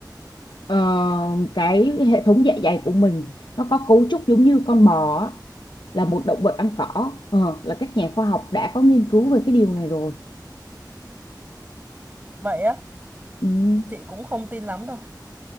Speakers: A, on the left (about 85°); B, on the right (about 25°).
A: ờ, cái hệ thống dạ dày của mình nó có cấu trúc giống như con bò á, là một động vật ăn cỏ Ờ, là các nhà khoa học đã có nghiên cứu về cái điều này rồi
B: Vậy á,
A: ừ.
B: chị cũng không tin lắm đâu.